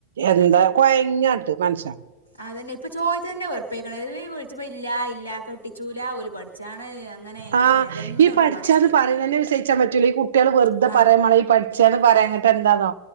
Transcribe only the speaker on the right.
എന്താ കൊയ്ഞ്ഞാട്ട് മൻഷ്യൻ
ആ
ഈ
പഠിച്ചാന്ന്
പറയുന്നന്നെ വിശ്വസിച്ചാൻ പറ്റൂല ഈ കുട്ട്യാള് വെറുതെ
പറയാ മളെ ഈ പഠിച്ചന്ന് പറയാ
എന്നിട്ട് എന്താന്നോ